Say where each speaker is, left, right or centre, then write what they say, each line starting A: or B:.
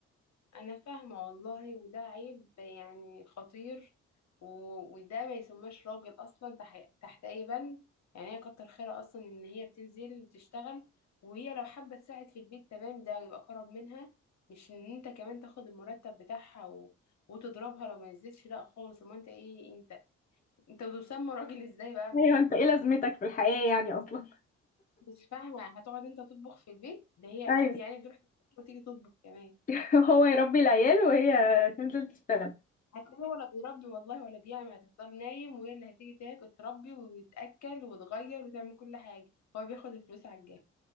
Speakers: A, on the left; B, on the left.
A: انا فاهمة والله وده عيب يعني خطير و- وده ما يسماش راجل اصلا تح- تحت اي بند يعني هي كتر خيرها اصلا ان هي بتنزل تشتغل وهي لو حابة تساعد في البيت تمام ده يبقى كرم منها مش ان انت كمان تاخد المرتب بتاعها و... وتضربها لو ما نزلتش لا خالص امال انت ايه انت انت تسمى راجل ازاي بقى
B: ايوه
A: بجد
B: انت ايه لازمتك في الحياة يعني اصلا
A: مش فاهمة هتقعد انت تطبخ في البيت ده هي
B: ايوه
A: اكيد يعني بتروح تطبخ وتيجي تطبخ كمان
B: <laughs> هو يربي العيال وهي تنزل تشتغل
A: هتلاقي ولا بيربي والله ولا بيعمل هتفضل نايم وهي اللي هتيجي تاكل تربي وتأكل وتغير وتعمل كل حاجة هو بياخد الفلوس على الجاهز